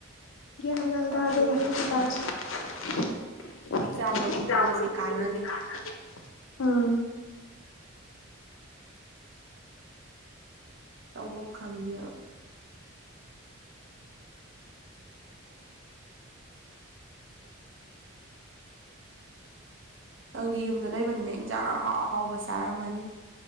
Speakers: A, on the left; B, on the right.
A: ꯒ꯭ꯌꯥꯟ ꯌꯥꯟ
B: ꯈꯪꯗꯦ
A: ꯇꯥꯗꯦ <unintelligible>
B: ꯑꯗꯨꯅꯦ ꯑꯦꯛꯖꯥꯝ ꯂꯣꯏꯊꯣꯛꯈꯤꯕꯁꯦ ꯀꯥꯟꯅꯗꯦ
A: ꯎꯝ
B: ꯇꯧꯕꯝ ꯈꯪꯗꯦꯕ ꯅꯪꯗꯤ ꯌꯨꯝꯗ ꯂꯩꯕꯅꯤꯅ ꯏꯟꯖꯥꯡ ꯑꯍꯥꯎ ꯑꯍꯥꯎꯕ ꯆꯥꯔꯝꯃꯅꯤ